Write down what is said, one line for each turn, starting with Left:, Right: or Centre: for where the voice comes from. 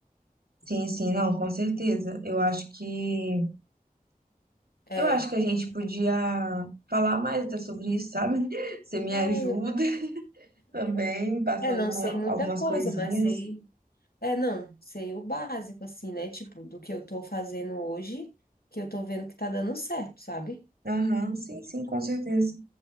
Right: Sim, sim, não, com certeza. Eu acho que
Left: É.
Right: eu acho que a gente podia falar mais até sobre isso, sabe? <laughs> Você me
Left: Ai,
Right: ajuda
Left: eu,
Right: <laughs> também, passando
Left: é, não sei muita
Right: algumas
Left: coisa,
Right: coisinhas.
Left: mas sei. É, não, sei o básico, assim, né? Tipo, do que eu tô fazendo hoje, que eu tô vendo que tá dando certo, sabe?
Right: Aham, sim, sim, com certeza.